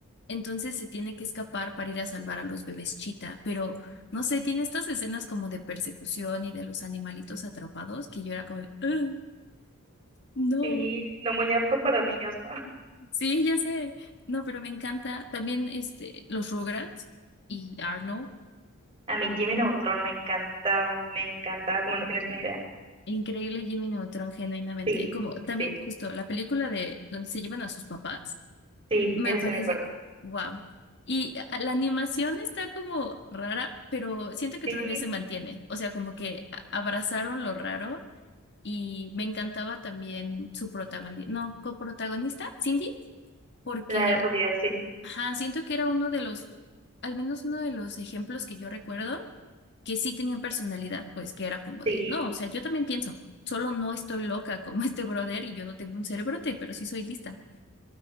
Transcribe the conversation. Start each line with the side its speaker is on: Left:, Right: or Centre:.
Left: Entonces se tiene que escapar para ir a salvar a los bebés chita. Pero no sé, tiene estas escenas como de persecución y de los animalitos atrapados que yo era como, de, "Ugh, no,
Right: Sí, no muy apto para niños, ¿no?
Left: sí, ya sé. No, pero me encanta. También este, los Rugrats y Arnold.
Right: A mí Jimmy Neutron me encantaba, me encantaba, como no tienes una idea.
Left: Increíble Jimmy Neutron, genuinamente.
Right: Sí,
Left: Como también
Right: sí, sí.
Left: justo la película de donde se llevan a sus papás.
Right: Sí,
Left: Me
Right: ese
Left: parece
Right: sí me acuerdo.
Left: wow. Y a- la animación está como rara, pero siento que
Right: Sí,
Left: todavía se mantiene. O sea, como que a- abrazaron lo raro y me encantaba también su protagonista, no, coprotagonista, Cindy, porque
Right: La de Rubia, sí,
Left: ajá, siento que era uno de los, al menos uno de los ejemplos que yo recuerdo que sí tenía personalidad, pues que era como
Right: sí,
Left: de, no, o sea, yo también pienso, solo no estoy loca como <laughs> este brother y yo no tengo un cerebrote, pero sí soy lista.